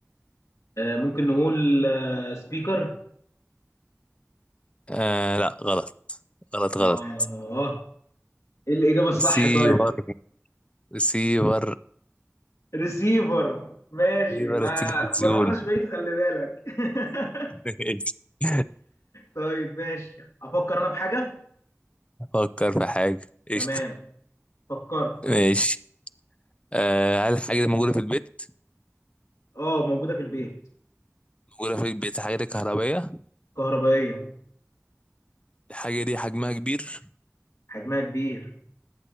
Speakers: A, on the left; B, on the left.
A: آه ممكن نقول آه سبيكر
B: آه لا غلط غلط غلط
A: اه آه. ايه الإجابة الصح
B: سيفر
A: طيب
B: سيفر
A: ريسيفر ماشي
B: سيفر
A: ما
B: التلفزيون
A: ما رحناش بعيد خلي بالك <laughs>
B: <laughs>
A: طيب ماشي افكر انا بحاجه
B: فكر في حاجة قشطة
A: تمام فكرت
B: ماشي آه هل الحاجة دي موجودة في البيت؟
A: اه موجوده في البيت
B: جرافيك بيت حاجات كهربائية
A: كهربائيه
B: الحاجة دي حجمها كبير
A: حجمها كبير